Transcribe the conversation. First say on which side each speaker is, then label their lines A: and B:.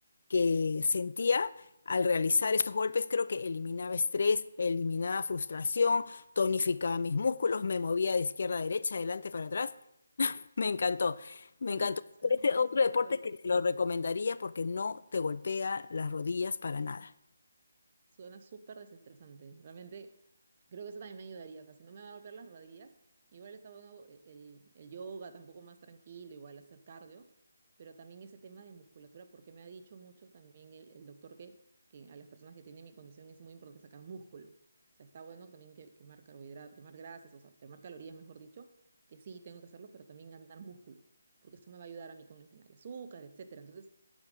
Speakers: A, on the left (about 60°); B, on the right (about 40°).
A: que sentía al realizar estos golpes, creo que eliminaba estrés, eliminaba frustración, tonificaba mis músculos, me movía de izquierda a derecha, adelante para atrás. Me encantó, me
B: Suena,
A: encantó.
B: suena
A: Este es otro
B: súper
A: deporte
B: desestresante.
A: que te lo recomendaría porque no te golpea las rodillas para nada.
B: Suena súper desestresante. Realmente creo que eso también me ayudaría. O sea, si no me va a golpear las rodillas, igual está bueno e- el, el yoga, tampoco más tranquilo, igual hacer cardio, pero también ese tema de musculatura, porque me ha dicho mucho también el, el doctor que, que a las personas que tienen mi condición es muy importante sacar músculo. O sea, está bueno también que, quemar carbohidratos, quemar grasas, o sea, quemar calorías, mejor dicho, que sí tengo que hacerlo, pero también ganar músculo, porque eso me va a ayudar a mí con el tema del azúcar, etcétera. Entonces,